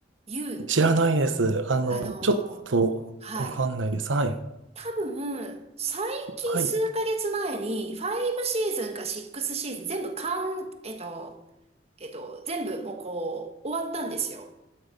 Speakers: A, on the right (about 35°); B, on the right (about 75°).
A: You っていう、
B: え、知らないです。あの、
A: あのはい
B: ちょっとわかんないです。はい。
A: 多分、最近数ヶ月前に、
B: はい。
A: 5シーズンか6シーズン全部完、えっと、えっと、全部もうこう、終わったんですよ。